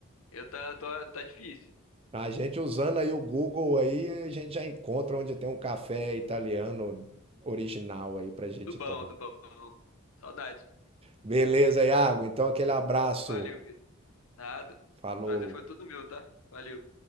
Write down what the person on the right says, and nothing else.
A gente usando aí o Google aí, a gente já encontra onde tem um café italiano original aí pra gente
tomar.
Beleza, Iago. Então aquele abraço.
Falou.